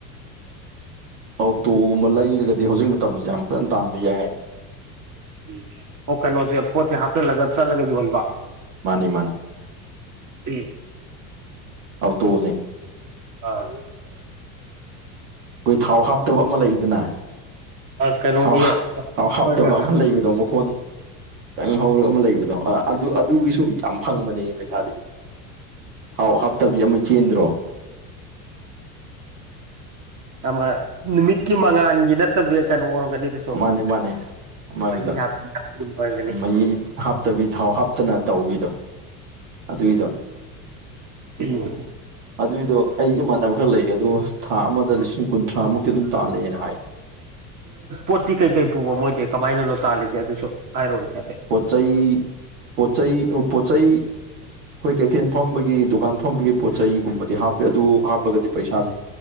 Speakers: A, on the right (about 80°); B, on the right (about 40°).
A: ꯑꯣꯇꯣꯒꯨꯝꯕ ꯂꯩꯔꯒꯗꯤ ꯍꯧꯖꯤꯛ ꯃꯇꯝꯁꯦ ꯌꯥꯝ ꯐꯖꯅ ꯇꯥꯟꯕ ꯌꯥꯏ
B: ꯑꯨꯝ ꯑꯣ ꯀꯩꯅꯣꯁꯦ ꯄꯣꯠꯁꯦ ꯍꯥꯞꯆꯤꯜꯂꯒ ꯆꯠꯂꯒ ꯌꯣꯟꯕ
A: ꯃꯥꯅꯤ ꯃꯥꯅꯤ
B: ꯑꯨꯝ
A: ꯑꯧ ꯇꯣꯛꯑꯁꯦ
B: ꯑꯥ
A: ꯏꯣꯢ ꯊꯥꯎ ꯍꯥꯞꯇꯕ ꯑꯃ ꯂꯩꯗꯅ
B: ꯀꯩꯅꯣꯒꯤ
A: ꯊꯥꯎ ꯍ ꯊꯥꯎ ꯍꯥꯞꯇꯕ
B: ꯍꯣꯏ ꯍꯣꯏ
A: ꯑꯃ
B: ꯍꯣꯏ
A: ꯂꯩꯕꯗꯣ ꯃꯈꯣꯟ ꯈꯤꯇꯪ ꯍꯧꯔꯒ ꯑꯃ ꯂꯩꯕꯗꯣ ꯑ ꯑꯗꯨ ꯑꯗꯨꯒꯤꯁꯨꯨ ꯌꯥꯝ ꯐꯪꯕꯅꯦ ꯄꯩꯁꯥꯗꯤ ꯊꯥꯎ ꯍꯥꯞꯇꯕꯤ ꯑꯃ ꯆꯦꯟꯗ꯭ꯔꯣ
B: ꯑꯃ ꯅꯨꯃꯤꯠꯀꯤ ꯃꯉꯥꯥꯟꯒꯤ ꯅꯠꯇꯕꯤ ꯀꯩꯅꯣ ꯑꯣꯏꯔꯝꯒꯅꯤ ꯑꯗꯨꯁꯨ
A: ꯃꯥꯅꯦ ꯃꯥꯅꯦ ꯃꯥꯒꯤꯗꯣ
B: ꯃꯍꯤ ꯍꯥꯞꯄꯒꯨꯝꯕ ꯑꯣꯏꯔꯝꯒꯅꯤ
A: ꯃꯩ ꯍꯥꯞꯇꯕꯤ ꯊꯥꯎ ꯍꯥꯞꯇꯅ ꯇꯧꯕꯤꯗꯣ ꯑꯗꯨꯒꯤꯗꯣ
B: <unintelligible>
A: ꯑꯗꯨꯏꯗꯣ ꯑꯩ ꯏꯃꯥꯟꯅꯕ ꯈꯔ ꯂꯩ ꯑꯗꯨ ꯊꯥ ꯑꯃꯗ ꯂꯤꯁꯤꯡ ꯀꯨꯟꯊ꯭ꯔꯥꯃꯨꯛꯇꯤ ꯑꯗꯨꯝ ꯇꯥꯜꯂꯦꯅ ꯍꯥꯏ
B: ꯄꯣꯠꯇꯤ ꯀꯩꯀꯩ ꯄꯨꯕ ꯃꯣꯏꯗꯤ ꯀꯃꯥꯏꯅꯅꯣ ꯇꯥꯜꯂꯤꯁꯦ ꯑꯗꯨꯁꯨ ꯍꯥꯏꯔꯣꯅꯦ ꯍꯥꯏꯐꯦꯠ
A: ꯄꯣꯆꯩꯩ ꯄꯣꯆꯩ ꯑꯣ ꯄꯣ ꯆꯩꯩ ꯑꯩꯈꯣꯏ ꯀꯩꯊꯦꯜ ꯐꯝꯕꯒꯤ ꯗꯨꯀꯥꯟ ꯐꯝꯕꯒꯤ ꯄꯣꯠ ꯆꯩꯒꯨꯝꯕꯗꯤ ꯍꯥꯞꯄꯦ ꯑꯗꯨ ꯍꯥꯞꯄꯒꯗꯤ ꯄꯩꯁꯥꯁꯦ